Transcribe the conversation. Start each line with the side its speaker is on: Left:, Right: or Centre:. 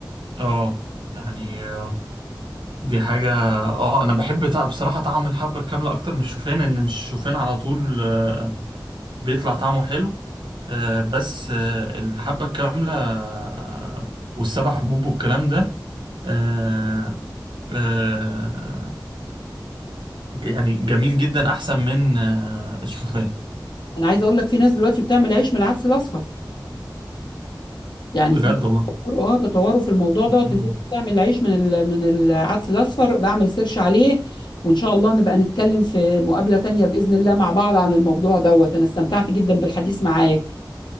Right: اه يعني آه، دي حاجة اه انا بحب تع- بصراحة طعم الحبة الكاملة اكتر من الشوفان ان مش الشوفان على طول آه، بيطلع طعمه حلو آه، بس آه، الحبة الكاملة آه، والسبع حبوب والكلام ده آه، آه، يعني جميل جدا احسن من آه، الشوفان
Left: انا عايز اقول لك في ناس دلوقتي بتعمل عيش من العدس الاصفر يعني
Right: بجد
Left: في
Right: والله
Left: تطوروا- اه تطوروا في الموضوع دوت
Right: مم.
Left: ان في ناس بتعمل عيش من ال- من العدس الاصفر بعمل سيرش عليه وان شاء الله نبقى نتكلم في مقابلة تانية باذن الله مع بعض عن الموضوع دوت انا استمتعت جدا بالحديث معاك